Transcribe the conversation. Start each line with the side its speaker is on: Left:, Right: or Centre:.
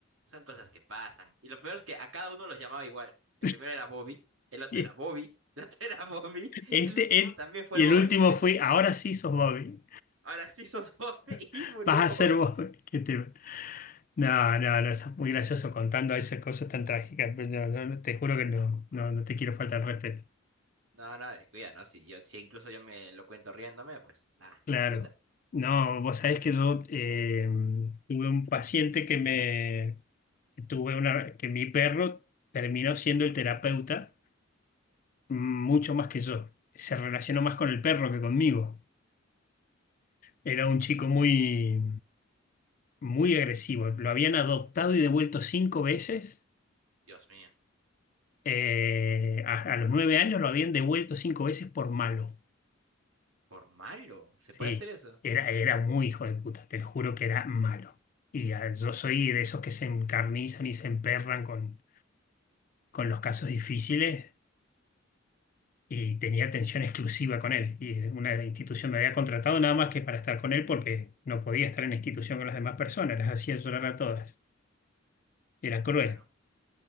Right: Son cosas que pasan. Y lo peor es que a cada uno los llamaba igual. El
Left: <laughs>
Right: primero era Bobby, el otro
Left: Y
Right: era Bobby, <laughs> el otro era Bobby
Left: Este,
Right: y el último
Left: et-
Right: también fue
Left: y
Right: Bobby.
Left: el último fue, ahora sí sos Bobby.
Right: Ahora sí sos Bobby <laughs> y
Left: <laughs>
Right: murió
Left: Vas a
Right: Bobby.
Left: ser Bobby. <laughs> ¿Qué te No, no, no, sos muy gracioso contando esas cosas tan trágicas. pero No, no, no, te juro que no, no, no te quiero faltar el respeto.
Right: No, no, descuida, ¿no? Si yo, si incluso yo me lo cuento riéndome, pues nada,
Left: Claro.
Right: disfruta.
Left: No, vos sabés que yo eh, tuve un paciente que me que tuve una que mi perro terminó siendo el terapeuta mm, mucho más que yo. Se relacionó más con el perro que conmigo. Era un chico muy muy agresivo. Lo habían adoptado y devuelto cinco veces.
Right: Dios mío,
Left: Eh, a, a los nueve años lo habían devuelto cinco veces por malo.
Right: por malo, ¿se
Left: Sí,
Right: puede hacer eso?
Left: era, era muy hijo de puta, te lo juro que era malo. Y ah, yo soy de esos que se encarnizan y se emperran con, con los casos difíciles y tenía atención exclusiva con él. Y una institución me había contratado nada más que para estar con él porque no podía estar en la institución con las demás personas, las hacía llorar a todas. Era cruel.
Right: Claro.